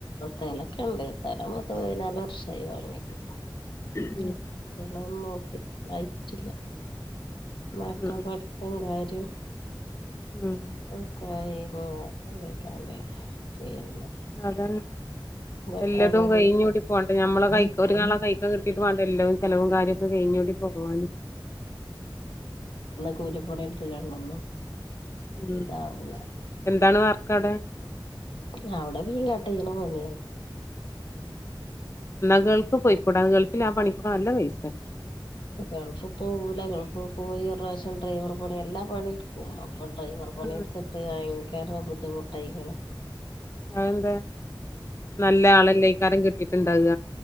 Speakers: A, on the left; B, on the left.
A: സ്ഥലൊക്കെണ്ട് സ്ഥലം പത്തുപതിനാല് വർഷായി വാങ്ങിട്ട്
B: ഉം
A: മറ്റുള്ളതോന്നും നോക്കി- ആയിറ്റില്ല മക്കളെ
B: ഉം
A: പട്തും കാര്യ റ്റും
B: ഉം
A: ഒക്കായി <unintelligible> പിൻ
B: അതന്നെ
A: വെക്കാള്ളത്
B: വല്ലതും കഴിഞ്ഞൂടി പോണ്ടെ ഞമ്മളെ കൈ ഒര് നാളെ കൈകകിട് ട്ട് വാണ്ടല്ലോ ചെലവും കാര്യൊക്കെ കഴിഞ്ഞൂടി പോവാന്
A: കൂലിപ്പണിട്ത്ത് കാണ്ടൊന്നും
B: ഉം
A: ഇതാവൂല
B: എന്താണ് വർക്കവിടെ
A: ഞ് അവടെ മീകട്ടെയ്ണ പോലെ ന്യേ മ്
B: ന്നാ ഗൾക്ക് പോയിക്കൂടെ ഗൾ ആ പണിക്ക് നല്ല പൈസ്യേ
A: ഗൾഫിൽ പോവൂല ഗൾഫ്പോയി ഒരുറാശ്യം ഡ്രൈവർ പണി എല്ലാം പണിട്ക്കും അപ്പം ഡ്രൈവർ പണിട്ത്ത്ട്ട്
B: ഉം
A: ആ കര ബുദ്ധിമുട്ടായിക്ണ്
B: അതന്താ നല്ല ആളല്ലേക്കാരം കിട്ടിക് ചണ്ടാക